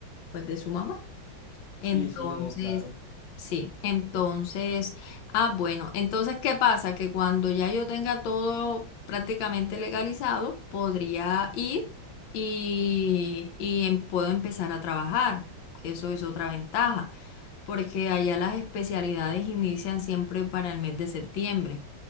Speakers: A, on the left; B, on the left.
A: pues, de su mamá. Entonces,
B: Sí, sí, no, claro.
A: sí, entonces, ah, bueno, entonces, ¿qué pasa? Que cuando ya yo tenga todo prácticamente legalizado, podría ir y, y em- puedo empezar a trabajar. Eso es otra ventaja, porque allá las especialidades inician siempre para el mes de septiembre.